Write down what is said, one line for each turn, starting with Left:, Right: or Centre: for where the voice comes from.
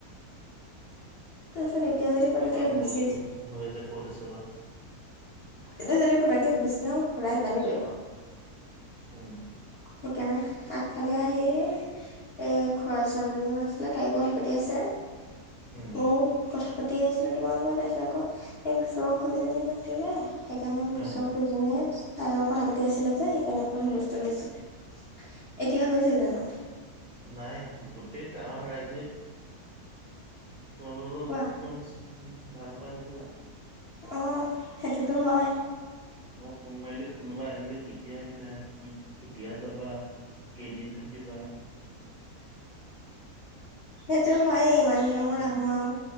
Left: <unintelligible> তাৰপিছত
Right: <unintelligible>
Left: এতিয়া যদি পতককে
Right: ইমান হুলস্থুল
Left: গুচি
Right: হৈ আছে ক'ত আছে বা?
Left: এতিয়া যদি পতককে গুচি যাওঁ খুৰাই গালি পাৰিব।
Right: উম।
Left: সেইকাৰণে, আগফালে আহি এ, খোৰা ছোৱালী জনীও আছিলে, তাইও কথা পাতি আছে,
Right: উম
Left: মোৰ কথা পাতিয়ে আছিলোঁ, তোমাৰ লগত, তাৰপিছত আকৌ, এই ওচৰ খুইজনীয়ে মাতিলে সেইকাৰণে পুচ
Right: অ
Left: খুৰী জনীয়ে, তাৰ লগত কথা পাতি আছিলে যে সে কাৰণে অকণ হুলস্থল হৈছিলে, এতিয়া হৈছে জানো?
Right: নাই, গোটেই গাঁওৰ ৰাইজে তোমালোকক
Left: কোৱা
Right: একদম চ ভাল পাই হ'বলা।
Left: অ', সেইটোতো হয়।
Right: মই ফোন মাৰিলে, কোনোবা আহিলে, কেতিয়া আহিলা কি কেতিয়া যাবা, কেইদিন থাকিবা?
Left: সেইটো হয়ে, ইমান দিনৰ মূৰত
Right: উম
Left: আহো আৰু